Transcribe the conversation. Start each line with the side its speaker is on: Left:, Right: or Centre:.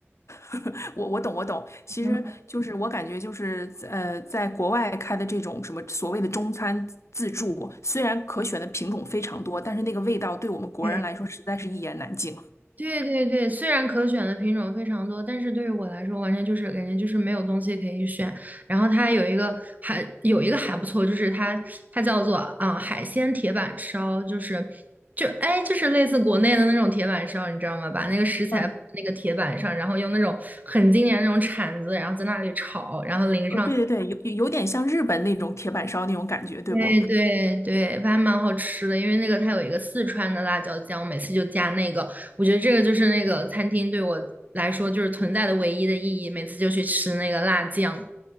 Left: <laughs> 我我懂我懂，其实就是我感觉就是呃，
Right: <laughs>
Left: 在国外开的这种什么所谓的中餐自助，虽然可选的品种非常多，但是那个味道对我们国人来说实在是一言难尽。
Right: 对对对对，虽然可选的品种非常多，但是对于我来说，完全就是感觉就是没有东西可以选。然后它有一个还有一个还不错，就是它它叫做啊、呃海鲜铁板烧，就是就哎就是类似国内的那种铁板烧，你知道吗？把那个食材放在那个铁板上，
Left: 嗯，
Right: 然后用那种很经典的那种铲子，然后在那里炒，然后淋上。
Left: 呃，对对对，有有有点像日本那种铁板烧那种感觉，对不？
Right: 对对对，还蛮好吃的，因为那个它有一个四川的辣椒酱，我每次就加那个。我觉得这个就是那个餐厅对我来说就是存在的唯一的意义，每次就去吃那个辣酱